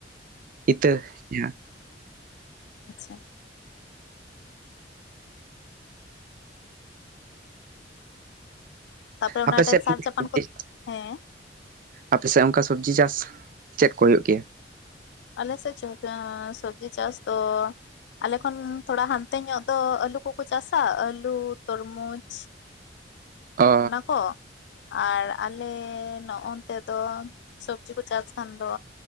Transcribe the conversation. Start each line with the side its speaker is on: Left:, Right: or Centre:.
Right: ᱤᱛᱟᱹ ᱡᱟᱸᱦᱟ᱾
Left: ᱟᱪᱪᱷᱟ᱾ ᱛᱟᱯᱚᱨᱮ ᱚᱱᱟᱨᱮ
Right: ᱟᱯ ᱥᱮᱫ
Left: ᱥᱟᱨ
Right: <unintelligible>
Left: ᱪᱟᱯᱟᱱ ᱠᱚ ᱦᱮᱸ
Right: ᱟᱯᱮᱥᱮᱫ ᱚᱱᱠᱟ ᱥᱚᱵᱽᱡᱤ ᱪᱟᱥ ᱪᱮᱫ ᱠᱚ ᱦᱩᱭᱩᱜ ᱜᱮᱭᱟ?
Left: ᱟᱞᱮ ᱥᱮ ᱪᱚᱭᱠᱟ ᱥᱚᱵᱡᱤ ᱪᱟᱥ ᱫᱚᱻ ᱟᱞᱮ ᱠᱷᱚᱱ ᱛᱷᱚᱲᱟ ᱦᱟᱱᱛᱮ ᱧᱚᱜ ᱫᱚ ᱟᱹᱞᱩ ᱠᱚᱠᱚ ᱪᱟᱥ-ᱟ᱾ ᱟᱹᱞᱩ, ᱛᱚᱨᱢᱩᱡᱽ
Right: ᱚ
Left: ᱚᱱᱟ ᱠᱚ᱾ ᱟᱨ ᱟᱞᱮᱻ ᱱᱚᱜ-ᱚᱱᱛᱮ ᱫᱚ ᱥᱚᱵᱽᱡᱤ ᱠᱚ ᱪᱟᱥ ᱠᱷᱟᱱ ᱫᱚ